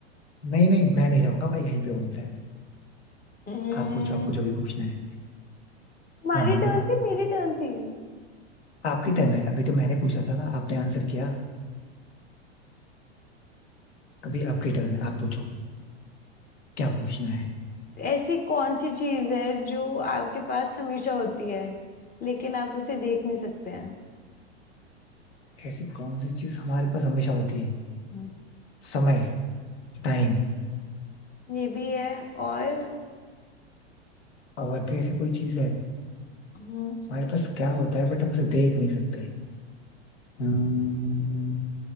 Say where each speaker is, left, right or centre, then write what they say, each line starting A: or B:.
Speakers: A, on the left; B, on the left.
A: नहीं नहीं मैं नहीं जाऊंगा मैं यहीं पे हूँ इनफैक्ट
B: हम्म,
A: आप पूछो आपको जो भी पूछना है
B: तुम्हारी
A: हाँ हाँ
B: टर्न थी मेरी टर्न थी
A: आपकी टर्न है अभी तो मैंने पूछा था ना आपने आंसर किया अभी आपकी टर्न है आप पूछो क्या पूछना है
B: ऐसी कौन सी चीज है जो आपके पास हमेशा होती है लेकिन आप उसे देख नहीं सकते हैं
A: ऐसी कौन सी चीज हमारे पास हमेशा होती है
B: हम्म,
A: समय टाइम
B: ये भी है और
A: और भी ऐसी कोई चीज है
B: हम्म,
A: हमारे पास क्या होता है बट हम उसे देख नहीं सकते हम्म,